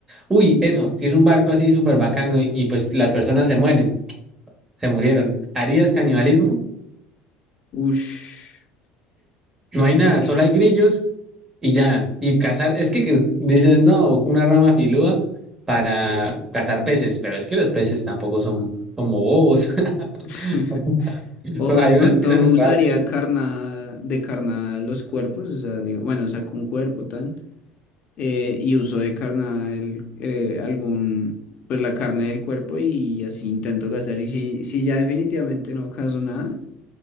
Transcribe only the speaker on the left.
Ush,
es que...
<laughs>
O,
o de
pronto
usaría
carna, de carnada los cuerpos, o sea, digo, bueno, saco un cuerpo tan. eh, y uso de carnal eh, algún, pues la carne del cuerpo y así intento gastar. Y si, si ya definitivamente no caso nada,